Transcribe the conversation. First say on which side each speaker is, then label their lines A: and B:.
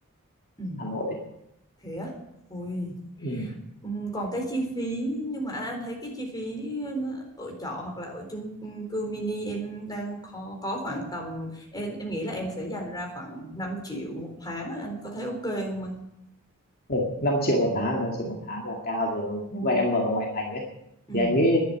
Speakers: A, on the left; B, on the left.
A: ừ,
B: Hà Nội đấy.
A: thế á. Ui.
B: Ừ.
A: Ừm, Còn cái chi phí nhưng mà anh thấy cái chi phí nó ở trọ hoặc là ở chung cư mini em đang có có khoảng tầm em em nghĩ là em sẽ dành ra khoảng 5 triệu một tháng á, anh có thấy ok không anh?
B: Ừ, 5 triệu một tháng, 5 triệu một tháng là cao rồi. Nếu mà em ở ngoại thành ấy,
A: Ừm,
B: thì anh nghĩ